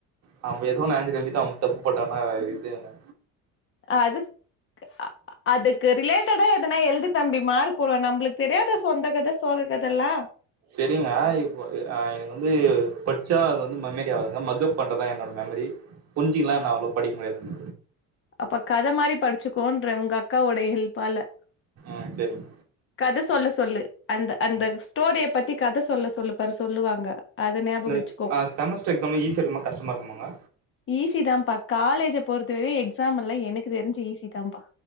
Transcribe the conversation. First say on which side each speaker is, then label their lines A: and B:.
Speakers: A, on the right (about 50°); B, on the left (about 35°).
A: நம்ப எதோ ஒன்னு ஆன்ஸர் எழுதிட்டு அவங்க தப்புப்போட்டனா இது என்ன
B: அதுக்கு அ அதுக்கு ரிலேட்டடா எதனா எழுதி தம்பி மார் போடுவ நம்புளுக்கு தெரியாத தம்பி சொந்த கத சோக கதை எல்லா
A: செரிங்க இப்ப அ எனக்கு வந்து பச்சா அ வந்து மெமரி ஆகுதுங்க மக்கப் பண்றதுதா என்னோட மெமரி புரிஞ்சிக்கிலா என்ன அவ்ளோ படிக்க முடியாதுங்க
B: அப்ப கத மாரி படிச்சுக்கோன்றே உங்க அக்காவோட ஹெல்ப்பால
A: ம் சேரிங்
B: கத சொல்ல சொல்லு அந்த அந்த
A: ம்
B: ஸ்டோரிய பத்தி கத சொல்ல சொல்லு பரு சொல்லுவாங்க அத ஞாபகம்ச்சுக்கோ
A: இந்த ஆ செமஸ்டர் எக்ஸாமே ஈஸி இருக்குமா கஷ்டமா இருக்குமாங்க
B: ஈஸி தாப்பா காலேஜ பொறுத்த வரை எக்ஸாம் எல்லா எனக்கு தெரிஞ்சு ஈஸி தாப்பா